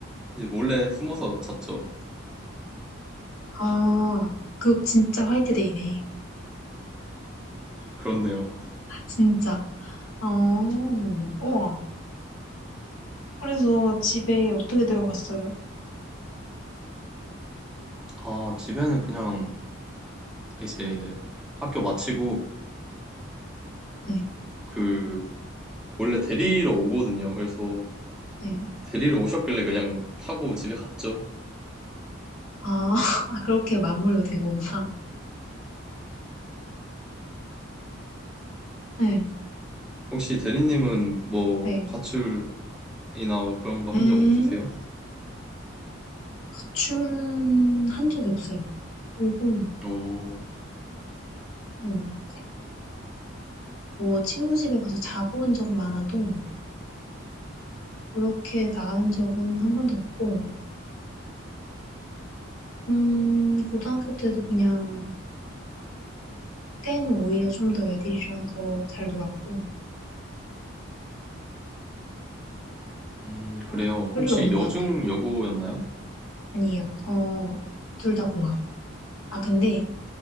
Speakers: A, in the centre; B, on the left.
A: 이제 몰래 숨어서 잤죠.
B: 아, 그 진짜 화이트데이네.
A: 그렇네요.
B: 진짜. 어, 우와. 그래서 집에 어떻게 들어갔어요?
A: 아, 집에는 그냥 이제 학교 마치고
B: 네,
A: 그 원래 데리러 오거든요. 그래서
B: 네.
A: 데리러 오셨길래 그냥 타고 집에 갔죠.
B: 아, <laughs> 그렇게 마무리가 된 거구나. 네,
A: 혹시 대리님은 뭐
B: 네.
A: 가출이나 뭐 그런 거
B: 에,
A: 한 적 없으세요?
B: 출은 한 적이 없어요. 그리고,
A: 오,
B: 음, 뭐, 친구 집에 가서 자고 온 적 많아도, 그렇게 나가는 적은 한 번도 없고, 음, 고등학교 때도 그냥, 그때는 오히려 좀 더 애들이랑 더 잘 놀았고,
A: 음,
B: 어,
A: 그래요.
B: 별일
A: 혹시
B: 없는
A: 여중
B: 것 같아요.
A: 여고였나요?
B: 아니요. 어, 둘 다 공학. 아, 근데